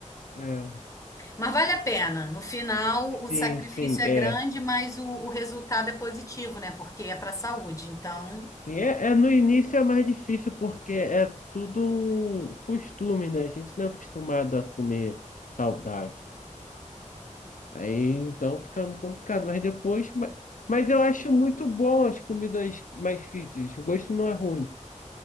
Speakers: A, on the left (about 80°); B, on the left (about 25°).
A: É.
B: Mas vale a pena. No final, o sacrifício
A: Sim, sim,
B: é
A: é.
B: grande, mas o, o resultado é positivo, né? Porque é para a saúde. Então,
A: Sim, É, é, no início é mais difícil porque é tudo um costume, né? A gente não é acostumado a comer saudável. Aí então fica complicado, mas depois. Mas, mas eu acho muito bom as comidas mais fitness. O gosto não é ruim.